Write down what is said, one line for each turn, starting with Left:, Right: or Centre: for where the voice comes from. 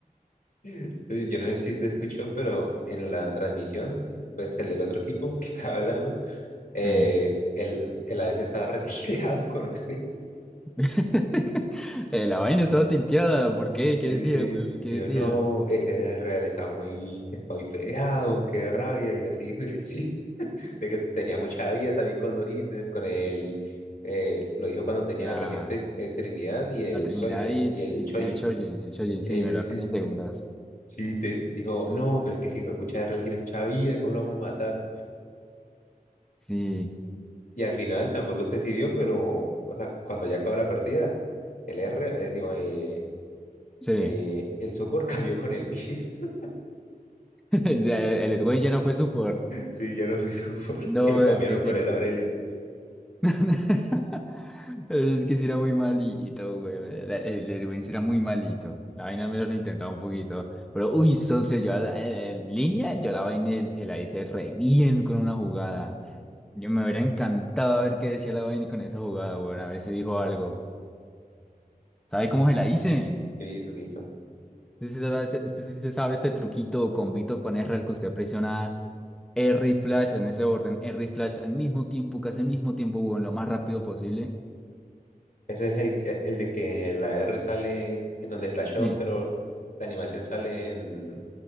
Left: Sí, Yo no sé si usted escuchó, pero en la transmisión, pues el del otro equipo <laughs> que estaba hablando, eh,
Centre: Sí.
Left: el, el ADC estaba retileado <laughs> con usted.
Centre: <laughs> Eh, la vaina estaba tilteada. ¿Por qué?
Left: Sí.
Centre: ¿Qué decía, weón? ¿Qué
Left: Digo,
Centre: decía?
Left: no, ese Real está muy, está muy fedeado, qué rabia, y así, <laughs> así. De que tenía mucha vida también con dos ítems, con el, eh, lo dijo cuando tenía
Centre: La,
Left: reciente eh, Trinidad y el,
Centre: la Trinidad
Left: Sho- eh,
Centre: y,
Left: y el
Centre: y
Left: Chojin.
Centre: tenía el Chojin. El Chojin,
Left: Eh,
Centre: sí, me lo
Left: sí.
Centre: arruiné en segundas.
Left: Sí, te dijo, no, pero es que si fue pucha Real tiene mucha vida, ¿cómo lo vamos a matar?
Centre: Sí,
Left: Y al final tampoco se decidió, pero, o sea, cuando ya acaba la partida, el R, eh, digo, eh,
Centre: sí.
Left: eh, el support <laughs> cambió con el mid. <laughs>
Centre: <laughs> El, el Edwin ya no fue por
Left: Sí, ya no fue support. <laughs>
Centre: No,
Left: Y lo cambiaron
Centre: es que sí,
Left: por
Centre: lo
Left: el Aurelion.
Centre: que... <laughs> Es que sí era muy malito, güey. La- El el Edwin sí era muy malito. La vaina al menos lo intentaba un poquito. Pero, uy, socio, yo a la- en línea, yo la vaina se la hice re bien con una jugada. Yo me hubiera encantado a ver qué decía la vaina con esa jugada, bueno, a ver si dijo algo. ¿Sabe cómo se la hice?
Left: ¿Qué hizo? ¿Qué hizo?
Centre: Usted sí sabe, usted sí se sabe este truquito o combito con R al que usted presiona R y Flash en ese orden, R y Flash al mismo tiempo, casi al mismo tiempo, weón, lo más rápido posible.
Left: Ese es el, eh, el de que la R sale en donde flashó,
Centre: Sí,
Left: pero la animación sale en,